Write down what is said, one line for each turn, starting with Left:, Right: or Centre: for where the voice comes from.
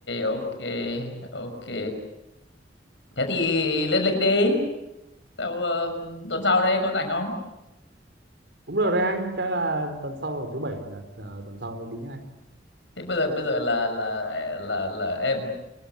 Left: ok ok thế thì lên lịch đi sau ờ, tuần sau đây có rảnh không
Right: cũng được đấy anh chắc là tuần sau thứ bảy chủ nhật à, tuần sau đi nhá anh
Left: thế bây giờ bây giờ là là là là em